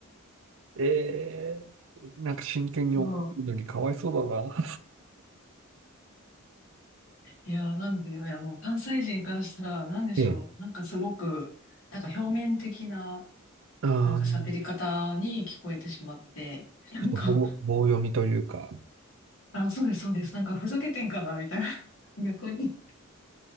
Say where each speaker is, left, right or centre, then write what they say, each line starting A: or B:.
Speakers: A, on the right; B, on the left.
A: ええなんか真剣に怒ってるのにかわいそうだな。
B: うん。いや、なんで、いや、もう関西人からしたら、なんでしょう。
A: ええ、
B: なんかすごく、なんか表面的な、
A: あー、
B: なんか喋り方に聞こえてしまって、なんか、
A: ちょっと棒、棒読みというか。
B: あ、そうです、そうです。なんかふざけてんかな、みたいな。逆に。